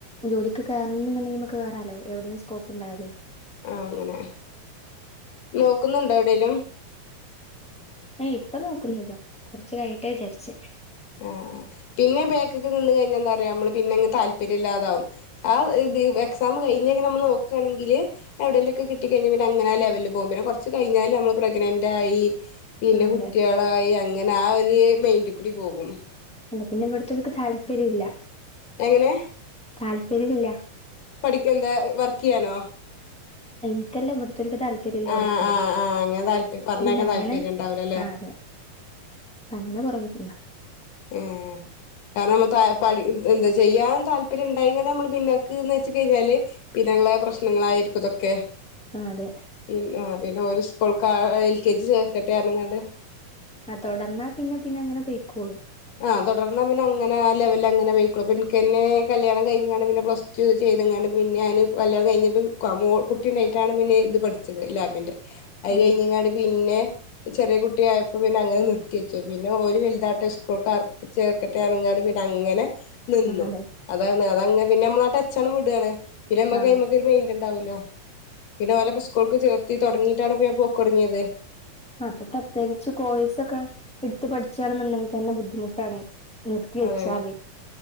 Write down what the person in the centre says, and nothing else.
ജോലിക്ക് കേറണം എന്നുണ്ടെങ്കിൽ നമക്ക് കേറാലോ എവിടെയങ്കില സ്കോപ്പ്ണ്ടായല്
ഏ ഇപ്പ നോക്കുന്നില്ല കൊറച്ച് കായിയെട്ട്ന്ന് വിചാരിച്ച്
ആ, അതെ
അല്ല പിന്നെ ഇവിടുത്തോൽക്ക് താല്പരില്ല
താല്പര്യം ഇല്ല
എനിക്കല്ല ഇവിടുത്തോല്ക്ക് താല്പ താൽപര്യല്ല പഠിക്കണങ്കി
പിന്നെ അങ്ങനെ
ആഹ് അതെ അങ്ങനെ പൊറക് തിന്ന
ആലെ
ആഹ് തൊടർന്നാ പിന്നെ പിന്നെ അങ്ങനെ പൊയ്ക്കോളും
ഓ
ആ അതെ
ആ
അപ്പൊ പ്രത്യേകിച്ച് കോഴ്സ് ഒക്കെ എട്ത്തു പഠിച്ചാണന്നൊണ്ടെങ്കി തന്നെ ബുദ്ധിമുട്ടാണി നിർത്തി വെച്ചാല്